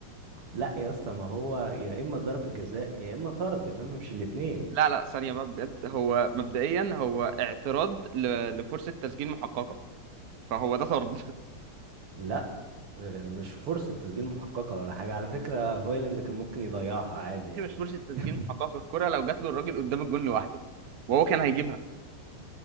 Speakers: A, on the right (about 80°); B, on the right (about 60°).
A: لا يا اسطى ما هو يا اما ضربة جزاء يا اما طرد انما مش الاتنين
B: لا لا ثانية بقى بجد هو مبدئيا هو اعتراض ل... لفرصة تسجيل محققة فهو ده طرد <laughs>
A: لا آه، مش فرصة تسجيل محققة ولا حاجة على فكرة هويلاند كان ممكن يضيعها عادي يعني
B: دي مش فرصة تسجيل
A: <laughs>
B: محققة الكرة لو جات له الراجل قدام الجون لوحده وهو كان هيجيبها